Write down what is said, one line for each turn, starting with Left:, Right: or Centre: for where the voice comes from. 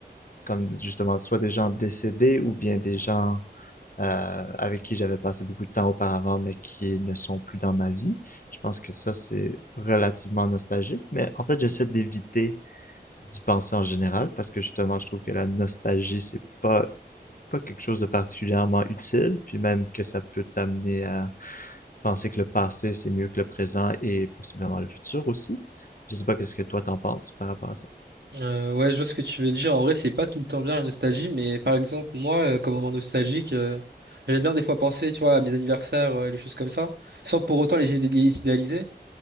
Left: comme justement, soit des gens décédés ou bien des gens euh, avec qui j'avais passé beaucoup de temps auparavant, mais qui ne sont plus dans ma vie. Je pense que ça, c'est relativement nostalgique, mais en fait, j'essaie d'éviter d'y penser en général, parce que justement, je trouve que la nostalgie, c'est pas pas quelque chose de particulièrement utile, puis même que ça peut t'amener à penser que le passé, c'est mieux que le présent et possiblement le futur aussi. Je sais pas qu'est-ce que toi t'en penses par rapport à ça.
Right: Euh, ouais, je vois ce que tu veux dire. En vrai, c'est pas tout le temps bien la nostalgie, mais par exemple, moi, euh, comme moment nostalgique, euh, j'aime bien des fois penser, tu vois, à mes anniversaires, euh, les choses comme ça, sans pour autant les, idé- les idéaliser.